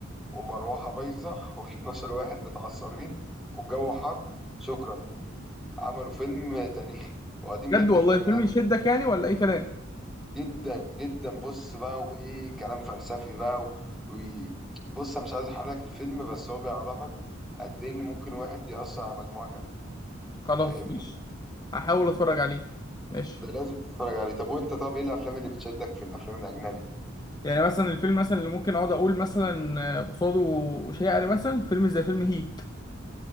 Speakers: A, in the centre; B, on the left.
A: ومروحة بايظة <laughs> و12 واحد متعصبين والجو حر شكرا عملوا فيلم تاريخي وقديم
B: بجد
A: جدا
B: والله
A: الفيلم
B: الفيلم
A: ده
B: يشدك يعني ولا اي كلام
A: جدا جدا بص بقى وايه كلام فلسفي بقى و... و... بص انا مش عايز احرق لك الفيلم بس هو بيعرفك قد ايه ان ممكن واحد يأثر على مجموعة كاملة
B: خلاص
A: فاهمني
B: ماشي هحاول اتفرج عليه ماشي
A: ده لازم تتفرج عليه طب وانت طب ايه الافلام اللي بتشدك في الافلام الاجنبي
B: يعني مثلا الفيلم مثلا اللي ممكن اقعد اقول مثلا آه، قصاده شاعر مثلا فيلم زي فيلم هيت